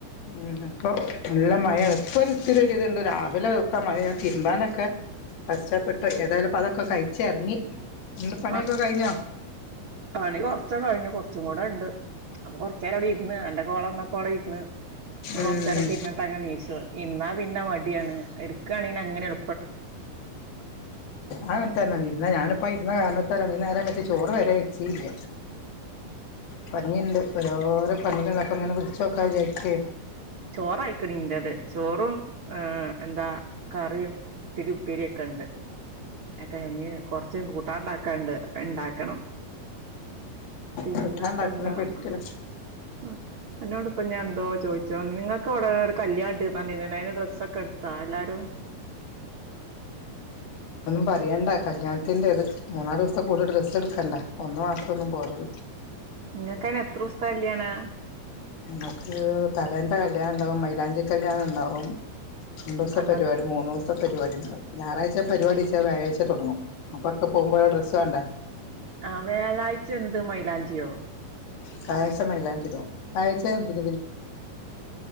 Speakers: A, on the left; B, on the right.
A: ഉം ഇപ്പൊ നല്ല മഴേണ് ഇപ്പൊര്ത്തിരി വര്ണ്ട് രാവിലൊക്കെ മഴെയാ ഞാൻ തിരുമ്പാനൊക്കെ കഷ്ടപ്പെട്ടൊയി. ഏതായാലും പ്പതൊക്കെ കയിച്ചെറങ്ങി. നിങ്ങള്ടെ പണിയൊക്കെ
B: മ
A: കഴിഞ്ഞോ
B: പണി കൊറ്ച്ച്കഴിഞ്ഞു കൊറ്ച്ച്കൂടെണ്ട് അപ്പൊ കൊറ് ച്ചേരം അവ്ടെ ഇര്ന്ന് അന്റെ കോളന്നപ്പോള് അവിടെര്ന്ന് ഇനി
A: ഉം
B: കൊറച്ചേരൊക്കെ ഇരുന്നിട്ട് അങ്ങനെ നീച്ചും ഇര്ന്നാ പിന്നെ മടിയാണ് ഇട് ക്കാണേണങ്ങനെ എ
A: ആഹ് ൺക്കര്ഞ്ഞാ ഇര്ന്നേ ഞാന്പ്പം ഇര് ന്ന കാരണത്താലാണ് ഈ നേരം വെച്ച് ചോറ് വരെ വെച്ചീല്ല പഞ്ഞിണ്ട് ഓരോരോ പണികളൊ പ്പങ്ങനെ വിളിച്ചോക്കാജാരിക്കേ
B: ചോറായിക്കണ് ഇന്റെത് ചോറും ഏ എന്താ കറിയും ത്തിരി ഉപ്പേരിയൊക്കെണ്ട് അക്കെയ്ഞ്ഞ് കൊറച്ച് കൂട്ടാണ്ടാക്കാണ്ട് അയ്ണ്ടാക്കണം പിന്നെപ്പന്താ
A: കൂട്ടാണ്ടാക്കലും പിടിക്കലും
B: ആ ആ അന്നോട്പ്പം ഞാൻ <unintelligible> ച്ചോ നിങ്ങക്ക് ഇവ്ടെ ഒരു കല്ല്യാണ്ട്ന്നറിഞ്ഞീനല്ലോ അയ്ന് ഡ്രെസ്സൊക്കെട്ത്തൊ എല്ലാരും
A: പരയണ്ട കല്യാണത്തിന്റെത് മൂന്നാലൊസ്ത്ത കൂടി ഡ്രസ്സെട്ക്കണ്ടെ ഒന്നു മാത്രൊന്നും പോരല്
B: ങ്ങക്ക് അയിന് എത്രൊസ്ത്ത കല്ല്യാണാ
A: മ്മക്ക് തലേന്നത്തെകല്യാണണ്ടാവും. മൈലാഞ്ചി കല്യാണണ്ടാവും രണ്ടൂസ
B: അന്ന
A: പരിപാടി മൂന്നൂസ്ത്തെ പരിപാടി ണ്ടാവും ഞായറാഴ്ച പരിപാടിച്ചാ വ്യാഴായ്ച തൊടങ്ങും. അപ്പൊക്കെ പോകുമ്പോ രൊ ഡ്രസ്സ് വേണ്ടെ
B: ആ വ്യാഴാഴ്ച എന്ത് മയിലാഞ്ചിയോ?
A: വ്യാഴാഴ്ച മൈലാഞ്ചിടും. വ്യായാഴ്ച <unintelligible>